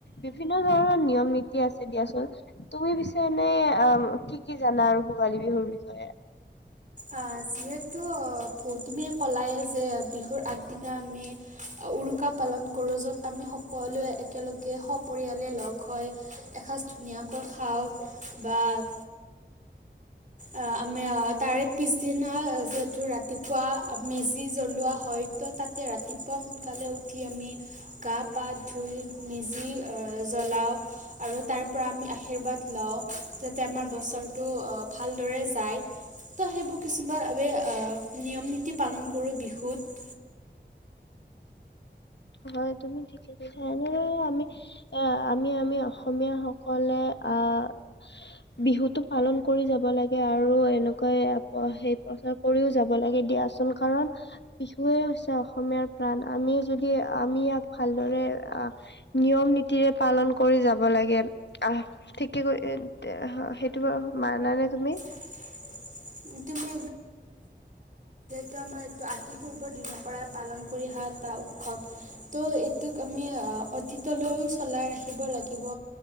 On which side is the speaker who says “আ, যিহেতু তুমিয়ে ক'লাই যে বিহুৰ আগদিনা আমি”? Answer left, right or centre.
Right